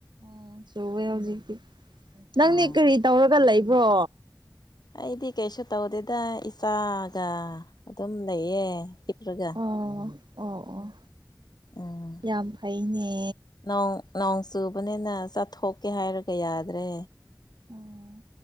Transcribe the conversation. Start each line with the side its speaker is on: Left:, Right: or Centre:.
Right: ꯎ ꯆꯨꯋꯦ ꯍꯧꯖꯤꯛꯇꯤ ꯅꯪꯅꯦ
Left: ꯑꯥ
Right: ꯀꯔꯤ ꯇꯧꯔꯒ ꯂꯩꯕ꯭ꯔꯣ
Left: ꯑꯩꯗꯤ ꯀꯩꯁꯨ ꯇꯧꯗꯦꯗ ꯏꯆꯥꯒ ꯑꯗꯨꯝ ꯂꯩꯌꯦ ꯍꯤꯞ꯭ꯔꯒ
Right: ꯑꯣ ꯑꯣ ꯑꯣ
Left: ꯎꯝ
Right: ꯌꯥꯝ ꯐꯩꯅꯦ
Left: ꯅꯣꯡ ꯅꯣꯡ ꯆꯨꯕꯅꯤꯅ ꯆꯠꯊꯣꯛꯀꯦ ꯍꯥꯏꯔꯒ ꯌꯥꯗ꯭ꯔꯦ
Right: ꯑꯣ